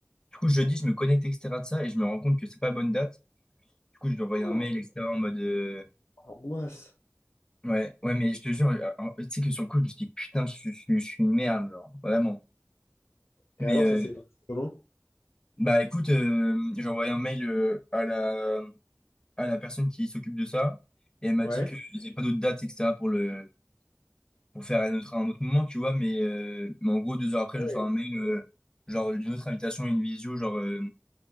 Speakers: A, on the left; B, on the left.
A: Du coup, jeudi, je me connecte, etc. de ça, et je me rends compte que c'est pas la bonne date. Du coup, je lui envoie
B: Oh,
A: un mail, etc. en mode. euh,
B: angoisse.
A: Ouais, ouais, mais je te jure, euh, euh, tu sais que sur le coup, je me suis dit, putain, je, suis je suis- je suis une merde, genre, vraiment.
B: Et
A: Mais,
B: alors,
A: euh,
B: ça c'est Comment?
A: bah, écoute, euh, j'ai envoyé un mail euh, à la, à la personne qui s'occupe de ça, et elle m'a
B: Ouais.
A: dit que j'ai pas d'autres dates, etc., pour le, pour faire un autre, un autre moment, tu vois, mais, euh, mais en gros, deux heures après,
B: Ah
A: je
B: ouais.
A: reçois un mail, euh, genre, d'une autre invitation, à une visio, genre, euh,